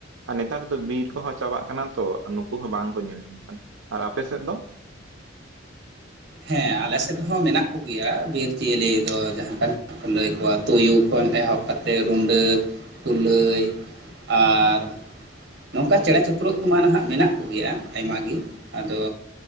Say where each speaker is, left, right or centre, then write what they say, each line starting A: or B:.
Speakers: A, on the right; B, on the right.
A: ᱟᱨ ᱱᱮᱛᱟᱨ ᱫᱚ ᱵᱤᱨ ᱠᱚᱦᱚᱸ ᱪᱟᱵᱟᱜ ᱠᱟᱱᱟ ᱛᱚ ᱱᱩᱠᱩ ᱦᱚᱸ ᱵᱟᱝ ᱠᱚ ᱧᱮᱞ ᱧᱟᱢᱚᱜ ᱠᱟᱱᱟ᱾ ᱟᱨ ᱟᱯᱮ ᱥᱮᱫ ᱫᱚ?
B: ᱦᱮᱸ ᱟᱞᱮ ᱥᱮᱫ ᱦᱚᱸ ᱢᱮᱱᱟᱜ ᱠᱩᱜᱮᱭᱟ ᱵᱤᱨ ᱡᱤᱭᱟᱹᱞᱤ ᱫᱚ ᱡᱟᱦᱟᱸ ᱞᱮᱠᱟᱱ ᱞᱟᱹᱭ ᱠᱚᱣᱟ ᱛᱩᱭᱩ ᱠᱷᱚᱱ ᱮᱦᱚᱵ ᱠᱟᱛᱮᱫ ᱨᱩᱰᱟᱹ ᱠᱩᱞᱟᱹᱭ, ᱟᱨ ᱱᱚᱝᱠᱟ ᱪᱮᱬᱮ ᱪᱤᱯᱨᱩᱫ ᱠᱚᱢᱟ ᱱᱟᱦᱟᱜ ᱢᱮᱱᱟᱜ ᱠᱚᱜᱮᱭᱟ ᱟᱭᱢᱟ ᱜᱤ ᱟᱫᱚ